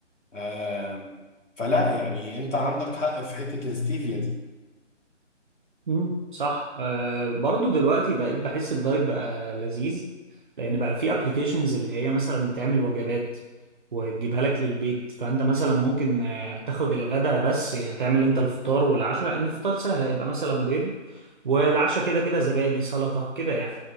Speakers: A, on the left; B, on the right.
A: آم، فلا يعني انت عندك حق في حتة الستيفيا دي
B: مم. صح آه برضو دلوقتي بقيت بحس الدايت بقى لذيذ لان بقى في ابلكيشنز اللي هي مثلا بتعمل وجبات وتجيبها لك للبيت فانت مثلا ممكن آه، تاخد الغداء بس يعني تعمل انت الفطار والعشاء لان الفطار سهل هيبقى مثلا بيض والعشاء كده كده زبادي سلطة كده يعني